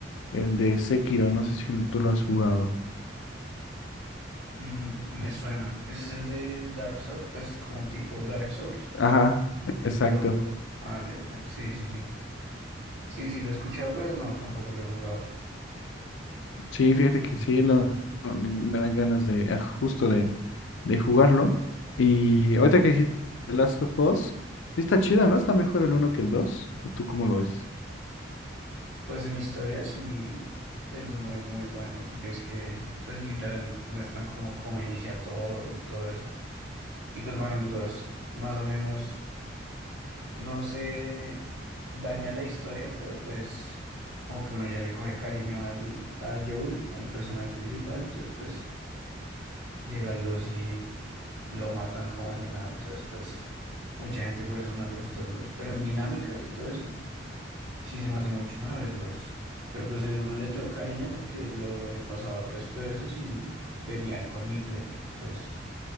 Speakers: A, on the left (about 80°); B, on the right (about 70°).
A: el de Sekiro, no sé si tú lo has jugado.
B: Mm, me suena. Ese es el de Dark Souls, pues como tipo Dark Souls,
A: Ajá,
B: pero,
A: exacto.
B: pero- ah, ya, ya, ya. Sí, sí, sí. Sí, sí, lo he escuchado, pero no, tampoco lo he jugado.
A: Sí, fíjate que
B: Sí,
A: sí,
B: Que es
A: lo,
B: bueno.
A: me dan ganas de, ah, justo de, de jugarlo. Y ahorita que dijiste The Last of Us, sí está chido, ¿no? Está mejor el uno que el 2, ¿o tú cómo lo ves?
B: Pues en historia sí, el uno es muy bueno, porque es que, pues literal, muestran cómo, cómo inicia todo y todo eso. Y pues bueno, el dos, más o menos No se daña la historia, pero pues como que uno ya le coge cariño al, a Joel, al personaje principal, entonces pues llega el 2 y lo matan como si nada, entonces pues mucha gente por eso no le gustó el dos pero en dinámicas y todo eso sí se me hace mucho mejor el dos pero pues el uno le tengo cariño porque lo he pasado el resto de veces y venía con mi play, entonces